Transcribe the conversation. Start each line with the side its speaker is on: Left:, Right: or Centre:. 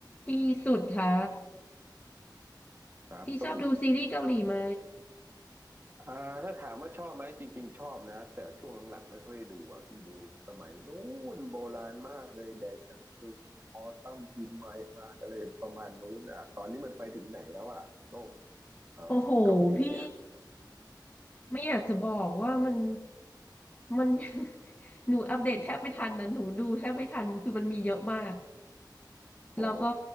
Left: พี่สุดคะ
Right: ครับตุ้ม
Left: พี่ชอบดูซีรีส์เกาหลีไหม
Right: อ่าถ้าถามว่าชอบไหมจริงๆชอบนะแต่ช่วงหลังๆไม่ค่อยดูอ่ะพี่ดูสมัยนู้นโบราณมากเลยแดจังกึมออตัมอินไมค์ฮารอะไรประมาณนู้นอ่ะตอนนี้มันไปถึงไหนแล้วอ่ะโลกเอ่อเกาหลีเนี่ย
Left: โอ้โหพี่ไม่อยากจะบอกว่ามันมัน <laughs> หนูอัปเดตแทบไม่ทันนะหนูดูแทบไม่ทันมันคือมันมีเยอะมาก
Right: อ๋อ
Left: แล้วก็